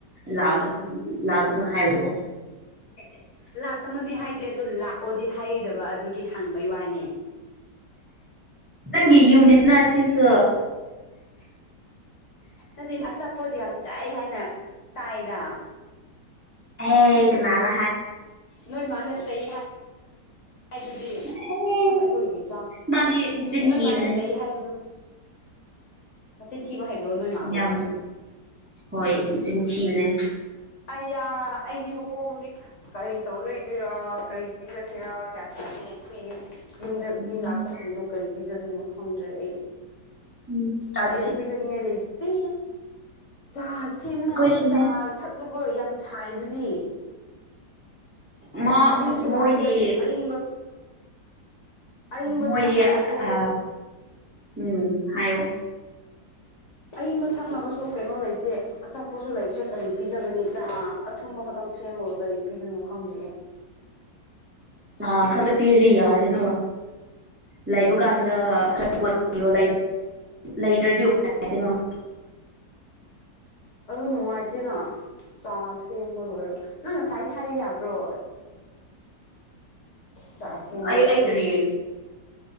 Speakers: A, on the right (about 15°); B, on the left (about 55°).
A: ꯂꯥꯛꯑꯣ ꯂꯥꯛꯀꯗꯣ ꯍꯥꯏꯕ
B: ꯑꯦ ꯂꯥꯛꯀꯅꯨꯗꯤ ꯍꯥꯏꯗꯦ ꯑꯗꯨ ꯂꯥꯛꯑꯣꯗꯤ ꯍꯥꯏꯔꯨꯗꯕ ꯑꯗꯨꯒꯤ ꯍꯪꯕꯩ ꯋꯥꯅꯦ
A: ꯅꯪꯒꯤ ꯌꯨꯝꯅꯤꯅ ꯑꯁꯤꯁꯨ
B: ꯅꯠꯇ ꯑꯆꯥꯄꯣꯠꯗꯤ ꯌꯥꯝ ꯆꯥꯏ ꯍꯥꯏꯅ ꯇꯥꯏꯗ
A: ꯑꯦ ꯀꯅꯥꯔꯥ
B: ꯅꯣꯏ ꯃꯥꯅ ꯆ ꯍꯥꯏ ꯍꯥꯏ ꯗꯨꯗꯤ
A: ꯑꯦ
B: ꯑꯁ ꯑꯩꯈꯣꯏꯒꯤ ꯆꯥꯛ
A: ꯃꯥꯗꯤ ꯃꯆꯤꯟ
B: ꯅꯣꯏ
A: ꯊꯤꯕꯅꯦ
B: ꯃꯥꯅ ꯆꯩꯩꯌꯦ ꯍꯥꯏꯕꯗꯣ ꯃꯥꯆꯤꯟ ꯊꯤꯕ ꯍꯩꯕ꯭ꯔꯣ ꯅꯣꯏ ꯃꯥꯕꯨ
A: ꯌꯥꯝ ꯍꯣꯏ ꯃꯆꯤꯟ ꯊꯤꯕꯅꯦ
B: ꯑꯩꯌꯥ ꯑꯩꯗꯤꯕꯨꯀꯣ ꯍꯧꯖꯤꯛ ꯀꯔꯤ ꯇꯧꯔ ꯂꯩꯗꯣꯏꯔꯥ ꯀꯔꯤ ꯄꯤꯔꯁꯤꯔꯥ ꯒ꯭ꯌꯥꯟ ꯇꯥꯅꯤ ꯑꯩꯈꯣꯏ ꯌꯨꯝꯗꯥ
A: ꯎꯝ
B: ꯃꯤ ꯂꯥꯛꯄꯁꯤꯡꯗꯣ ꯀꯥꯔꯤ ꯄꯤꯖꯥꯗꯣꯏꯅꯣ ꯈꯪꯗ꯭ꯔꯦ ꯑꯩ
A: ꯎꯝ ꯆꯥꯁꯤ
B: ꯀꯥꯔꯤꯁꯨ ꯄꯤꯖꯥꯅꯤꯡꯉꯥꯏ ꯂꯩꯇꯦ ꯆꯥ ꯁꯦꯝꯃꯤꯅꯦ
A: ꯑꯩꯈꯣꯏꯁꯨꯅꯦ
B: ꯍꯧꯖꯤꯛ ꯆꯥ ꯊꯛꯂꯕꯣ ꯌꯥꯝ ꯁꯥꯏ ꯑꯗꯨꯗꯤ
A: ꯃꯥ
B: ꯃꯩꯁꯨ
A: ꯃꯣꯏꯒꯤ
B: ꯂꯥꯛꯇꯦ ꯑꯗꯨ ꯑꯏꯪꯕ ꯑꯏꯪꯕ
A: ꯃꯣꯏꯗꯤ
B: ꯊꯛꯅꯕꯁꯨ
A: ꯑ ꯎꯝ ꯍꯥꯏꯌꯣ <inaudible>
B: ꯑꯏꯪꯕ ꯊꯛꯅꯕꯁꯨ ꯀꯩꯅꯣ ꯂꯩꯇꯦ ꯑꯆꯥꯄꯣꯁꯨ ꯂꯩꯇ꯭ꯔꯦ ꯀꯔꯤ ꯄꯤꯖꯒꯅꯤ ꯆꯥ ꯑꯊꯨꯝꯕ ꯈꯛꯇꯪ ꯁꯦꯝꯃꯥꯒ ꯀꯥꯔꯤ ꯄꯤꯗꯣꯏꯅꯣ ꯈꯪꯗꯦ ꯑꯩ
A: ꯆꯥ ꯈꯛꯇ ꯄꯤꯔꯥꯗꯤ ꯌꯥꯔꯦꯗ ꯂꯩꯕ ꯀꯥꯟꯗ ꯑꯆꯥꯄꯣꯠ ꯣ ꯂꯩꯇ꯭ꯔꯗꯤ ꯎꯄꯥꯏꯣ <unintelligible>
B: ꯑꯗꯨ ꯅꯨꯡꯉꯥꯏꯇꯦꯅ ꯁꯦꯝꯕ ꯂꯣꯏꯔꯣ ꯅꯪ ꯉꯁꯥꯏꯗ ꯍꯥꯏꯕ ꯌꯥꯗ꯭ꯔꯣ ꯆꯥ ꯁꯦꯝꯒꯦ
A: ꯑꯩ ꯑꯩ
B: ꯁꯦꯝꯦꯡꯕꯒꯤ
A: ꯀꯔꯤ